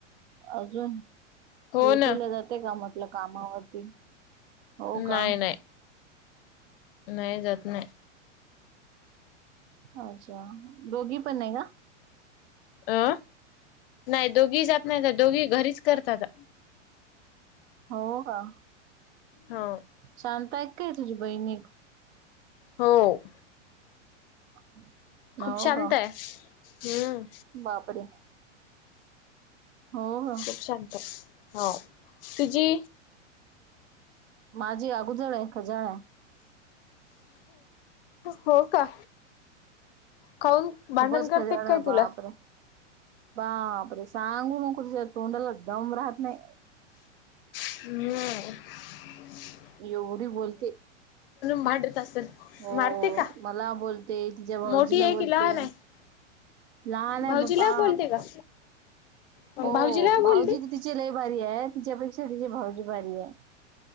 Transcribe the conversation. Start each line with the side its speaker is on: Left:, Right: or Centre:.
Right: अजून
Left: हो
Right: ड्युटीला
Left: ना
Right: जाते कामात आपल्या कामावरती हो का
Left: नाही नाही नाही जात नाही.
Right: अच्छा दोघी पण नाही का?
Left: अ नाही दोघी जात नाही आता दोघी घरीच. करता आता
Right: हो का
Left: हो.
Right: शांत हायेत काय तुझी बहिणी.
Left: हो!
Right: <inaudible>
Left: खूप शांत
Right: का
Left: आहे हूं!
Right: बापरे! हो हो!
Left: खूप शांत हो तुझी?
Right: माझी अगुजळ आहे खजाळ आहे.
Left: हो का काऊन. भांडण
Right: खूपच
Left: करते
Right: खजान
Left: काय
Right: आहे बापरे
Left: तुला.
Right: बापरे सांगू नको तिच्या तोंडाला दम राहत नाही.
Left: हूं!
Right: एवढी बोलते.
Left: भांडत असेल
Right: हो
Left: मारते का?
Right: मला बोलते तिच्या भाऊजीला
Left: मोठी आहे
Right: बोलते.
Left: की लहान
Right: <inaudible>
Left: आहे
Right: लहान आहे
Left: भाऊजीला
Right: बापा
Left: बोलते का? मग
Right: हो
Left: भाऊजीला बोलते
Right: भाऊजी तं तिचे लय भारी आहे तिच्यापेक्षा तिचे भाऊ जी भारी आहे